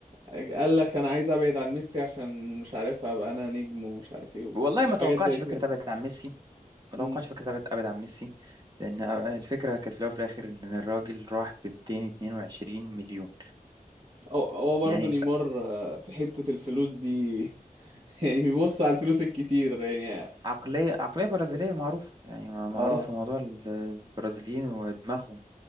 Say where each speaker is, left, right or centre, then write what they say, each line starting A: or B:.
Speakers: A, on the right (about 45°); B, on the right (about 30°).
A: قال لك انا عايز ابعد عن ميسي عشان مش عارف ابقى انا نجم ومش عارف ايه
B: والله ما توقعتش
A: حاجات زي كده
B: فكرة أبعد عن ميسي ما
A: امم
B: توقعتش فكرة أبعد أبعد عن ميسي لأن آه، الفكرة كانت في الأول وفي الآخر إن الراجل راح ب 222 مليون
A: هو هو برضه
B: يعني
A: نيمار آه، في حتة الفلوس دي <laughs> يعني بيبص على الفلوس الكتير يعني
B: عقلية عقلية برازيلية معروفة يعني مع- معروفة
A: اه
B: موضوع ال- البرازيليين ودماغهم